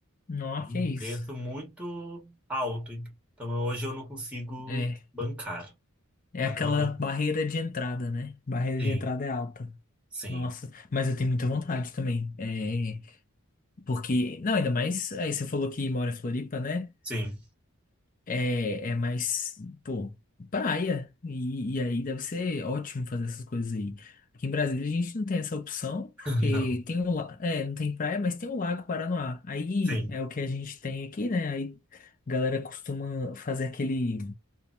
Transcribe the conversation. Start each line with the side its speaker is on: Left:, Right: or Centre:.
Left: Nossa,
Centre: Um
Left: que é isso?
Centre: preço muito alto. Então, hoje eu não consigo
Left: É.
Centre: bancar.
Left: É
Centre: Mas
Left: aquela
Centre: é uma coisa.
Left: barreira de entrada, né? Barreira
Centre: Sim,
Left: de entrada é alta.
Centre: sim,
Left: Nossa, mas eu tenho muita vontade também. É, porque, não, ainda mais, aí você falou que mora em Floripa, né?
Centre: sim.
Left: É, é mais, pô, praia. E, e aí deve ser ótimo fazer essas coisas aí. Aqui em Brasília a gente não tem essa opção,
Centre: <laughs>
Left: porque
Centre: Não,
Left: tem o, la- é, não tem praia, mas tem o Lago Paranoá. Aí
Centre: sim.
Left: é o que a gente tem aqui, né? Aí a galera costuma fazer aquele,